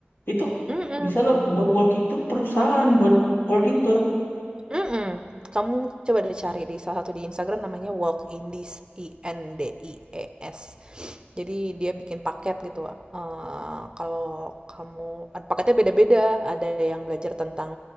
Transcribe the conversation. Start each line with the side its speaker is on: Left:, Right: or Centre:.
Left: Itu
Right: Mhm.
Left: bisa loh buat walking tour perusahaan buat walking tour.
Right: Mm-mm. Kamu coba deh cari di salah satu di Instagram namanya Walk Indies I N D I E S. Jadi dia bikin paket gitu. Eh, kalau kamu ada paketnya beda-beda, ada yang belajar tentang